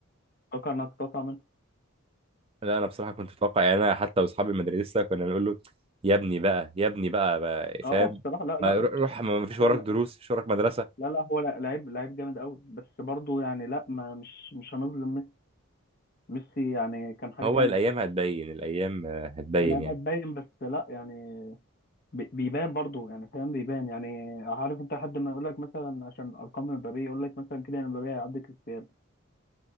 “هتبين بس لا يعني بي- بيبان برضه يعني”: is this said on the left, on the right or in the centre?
Left